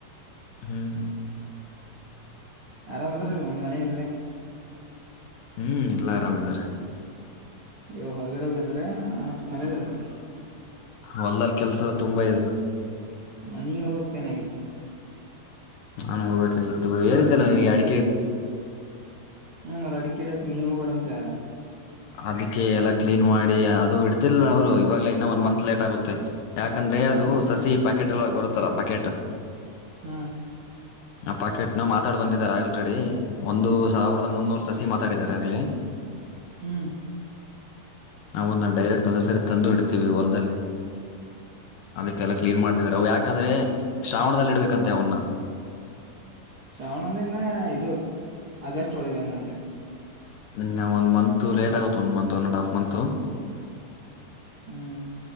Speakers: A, on the left; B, on the right.
A: ಹ್ಮ್
B: ಆರಾಮ್ ಅದ್ರಲ್ ನ್ ಮನ ಇಲ್ಲ
A: ಹ್ಮ್ ಎಲ್ಲಾ ಆರಾಮಾರೆ
B: ಅಯ ಹೊರಗಡೆ ಹೋಗಿದ್ರ ಮನೇಲ್ಲ ಇದದ್ರ
A: ಹೊಲ್ದಲ್ ಕೆಲ್ಸದ ತುಂಬಾ ಇದೆ
B: ಹ ನೀ ಹೋಗಕ್ ೇನಾಗಿತ್ತು
A: ನಾನು ಹೋಗ್ಬೇಕಾಗಿತ್ತು ಹೇಳಿದ್ದೆಲ್ಲ ನಿಗೆ ಅಡ
B: ಹ್ಮ ಮತ್ ಅಡಿಕೆ ಇಡಕ್ ನೀವ ಹೋಗಬಡತ್ ಯಾರ
A: ಅದ ಎಲ್ಲಾ ಕ್ಲೀನ್ ಮಾಡಿ ಅದು ಇಡ್ತಿಿಲ್ಲ ಅವರು ಇವಾಗ ಇನ್ನ ಒ ಮಂತ್ ಲೇಟ್ ಆಗುತ್ತೆ ಯಾಕಂದ್ರೆ ಅದು
B: ಹ್ಮ್ ಮತ್
A: ಸಸಿ ಪ್ಯಾಕೆಟ್ ಎಲ್ಲ ಬರುತ್ತಲ್ಲ ಪ್ಯಾಕೆಟ್
B: ಹ್ಮ್
A: ಆ ಪ್ಯಾಕೆಟ್ ಇ ನಾ ಮಾತಾಡ್ ಬಂದಿದಿದ್ದಾರೆ ಆಲ್ರೆಡಿ ಒಂದು ಸಾವಿರದ ಮುನ್ನೂರು ಸಸಿ ಮಾತಾಡಿದಿದ್ದಾರೆ ಆಗ್ಲಿ
B: ಹ್ಮ್
A: ಅವನ್ನಾ ಡೈರೆಕ್ಟ್ ಒಂದ್ಸರಿ ತಂದು ಇಡ್ತೀವಿ ಹೊಲ್ದಲ್ಲಿ ಅದಕ್ಕೆಲ್ಲ ಕ್ಲೀನ್ ಮಾಡ್ತಿದಿದ್ದಾರೆ ಅವವು ಯಾಕಂದ್ರೆ ಶ್ರಾವಣದಲ್ಲಿ ಇಡ್ಬೇಕಂತೆ ಅವನ್ನ
B: ಶ್ರಾವಣ ಅಂದ್ರೆ ಇನ್ನ ಇದು ಆಗಸ್ಟ್ ಒಳಗ ಹಂಗಂದ್ರೆ
A: ಹ್ಮ ಒಂದ ಮಂತತ್ ಲೇಟ್ ಆಗುತ್ತೆ ಒಂದ್ ಮತ್ ಒ ಅಂಡ್ ಹಫ್ ಮಂತತ್
B: ಹ್ಮ್